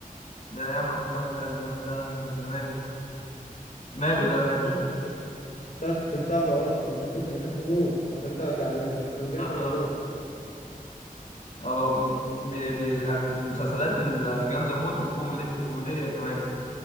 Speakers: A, on the left; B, on the left.
A: ده يا عم فريد عادل امام ده من زمان يا اخي ماله
B: 2019
A: ده ماله يعني
B: كده بس انا كنت متابعه وكنت بحبه موت عفاريت عادل علام ده كان جاي
A: آه،
B: في رمضان
A: هو م- م- بالأف- من المسلسلات الجامدة موت وكوميدي وكوميدية كمان